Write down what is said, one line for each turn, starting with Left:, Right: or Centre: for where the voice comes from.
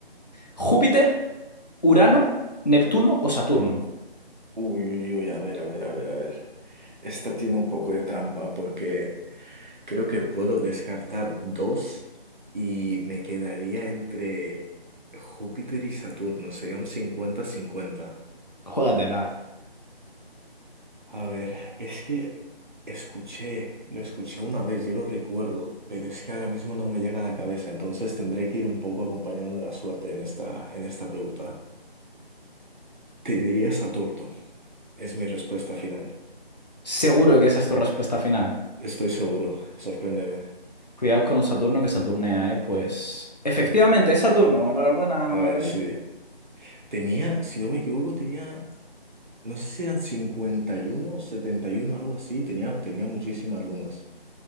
Left: ¿Júpiter, Urano, Neptuno o Saturno?
Right: Uy, uy, uy, a ver, a ver, a ver, a ver. Esta tiene un poco de trampa porque creo que puedo descartar dos y me quedaría entre Júpiter y Saturno. Sería un cincuenta-cincuenta.
Left: Juégatela.
Right: A ver, es que escuché, lo escuché una vez, yo lo recuerdo, pero es que ahora mismo no me llega a la cabeza, entonces tendré que ir un poco acompañando la suerte en esta, en esta pregunta. Te diría Saturno, es mi respuesta final.
Left: Seguro que esa es tu respuesta final.
Right: Estoy seguro, sorpréndeme.
Left: Cuidado con Saturno que Saturnea, ¿eh? Pues efectivamente es Saturno. Enhorabuena,
Right: A ver,
Left: Daniel.
Right: sí. Tenía, si no me equivoco, tenía, no sé si eran 51 o setenta y uno algo así. Tenía, tenía muchísimas lunas.